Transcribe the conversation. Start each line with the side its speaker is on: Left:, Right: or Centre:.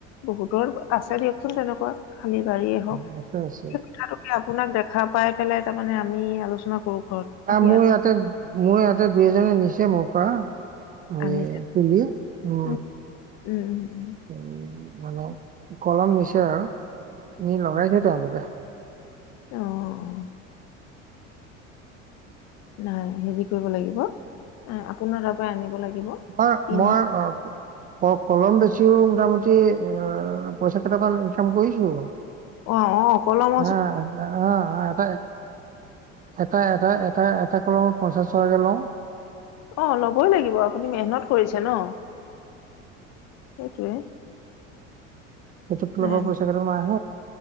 Left: বহুতৰ আছে দিয়কচোন তেনেকুৱা। আালি বঢাৰিয়েই হওক
Right: উম, আছে আছে
Left: সেই কথাটোকে <unintelligible> আপোনাক দেখা পাই পেলাই তাৰমানানে আমি আলোচনা কৰো। ঘৰত এতিয়া
Right: আহ, মোৰ ইয়াতে। মোৰ ইয়াতে দুই এজনে নিছে মোৰ পৰা। আৰু
Left: আনিছে
Right: তুলি উ
Left: উম উম উম উম
Right: উ মানে কলম নিছে আৰু এ লগাই থ তেওঁলোকে
Left: আহ নাই হেৰি কৰিব লাগিব এ আপোনাৰ তাৰ পৰা আনিব লাগিব
Right: মই
Left: কিনি
Right: মই অ অফ কলম বেছিও মোটামুটি অ অ পইচা কেইটামান ইনকম কৰিছো
Left: অ অ কলম
Right: হা আ- আ- আ- এটা এটা এটা এটা এটা কলমত পঞ্চাছ টকাকে লওঁ
Left: অ ল'বই লাগিব আপুনি মেহনত কৰিছে ন সেইটোৱে
Right: এইটোয়া তল
Left: নাই
Right: ব পইচা
Left: নাই,
Right: কম আহ